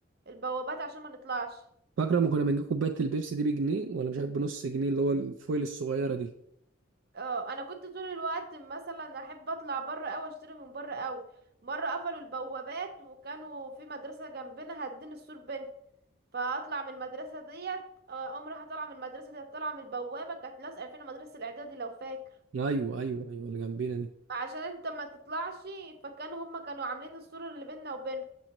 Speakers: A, on the right; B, on the right.
A: البوابات عشان ما نطلعش
B: فاكرة ما كنا بنجيب كوباية البيبسي دي بجنيه ولا مش عارف بنص جنيه اللي هو الفويل الصغيرة دي
A: اه انا كنت طول الوقت مثلا احب اطلع بره او اشتري من بره او مرة قفلوا البوابات وكانوا في مدرسة جنبنا هدين السور بينها فاطلع من المدرسه ديت آه، اقوم رايحه طالعه من المدرسه ديت طالعه من البوابه كانت لازقه فينا مدرسه الاعدادي لو فاكر
B: ايوه ايوه ايوه اللي جنبينا دي
A: عشان انت ما تطلعش فكانوا هما كانوا عاملين السور اللي بيننا وبينهم